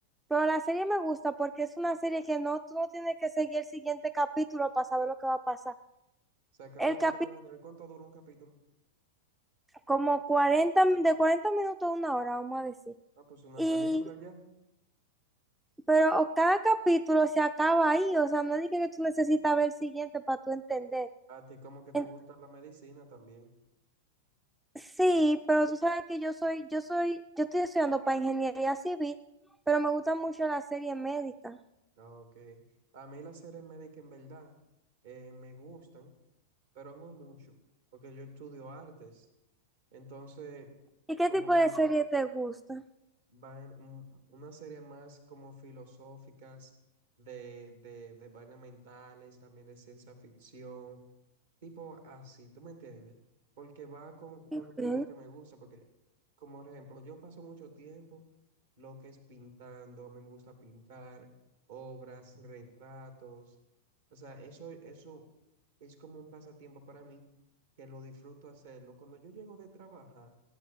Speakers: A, in the centre; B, on the right.
A: pero la serie me gusta porque es una serie que no, tú no tienes que seguir el siguiente capítulo para saber lo que va a pasar.
B: Se acaba
A: El
B: el
A: capítulo,
B: capítulo, de ver cuánto dura un capítulo.
A: como 40 mi- de 40 minutos a una hora, vamos a decir.
B: Ah, pues una
A: Y,
B: película ya.
A: pero o- cada capítulo se acaba ahí, o sea, no es de que que tú necesitas ver el siguiente para tú entender.
B: A ti como que te
A: En-
B: gusta la medicina también.
A: sí, pero tú sabes que yo soy, yo soy, yo estoy estudiando para ingeniería civil, pero me gusta mucho la serie médica.
B: Ah, Ok. A mí las series médicas en verdad eh, me gustan, pero no mucho, porque yo estudio artes. Entonces,
A: ¿Y qué
B: como
A: tipo de serie te gusta?
B: van un- una serie más como filosóficas, de, de, de vainas mentales, también de ciencia ficción. Tipo así, ¿tú me entiendes? Porque va con, con
A: Ok.
B: respecto a lo que me gusta, porque, como por ejemplo, yo paso mucho tiempo lo que es pintando, me gusta pintar, obras, retratos. O sea, eso, eso es como un pasatiempo para mí, que lo disfruto hacerlo. Cuando yo llego de trabajar,